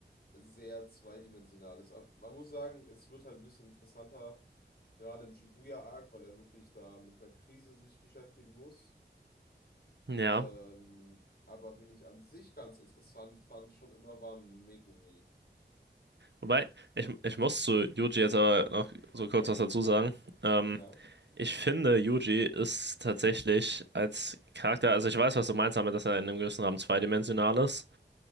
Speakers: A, on the left; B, on the right.
A: sehr zweidimensional ist. Aber man muss sagen, es wird halt ein bisschen interessanter, gerade im Shibuya-Arc, weil er wirklich da mit einer Krise sich beschäftigen muss.
B: ja.
A: Ähm, aber wen ich an sich ganz interessant fand, schon immer war Megumi.
B: Wobei, ich, ich muss zu Yuji jetzt aber noch so kurz was dazu sagen. Ähm,
A: Ja.
B: ich finde, Yuji ist tatsächlich als Charakter, also ich weiß, was du meinst damit, dass er in einem gewissen Rahmen zweidimensional ist.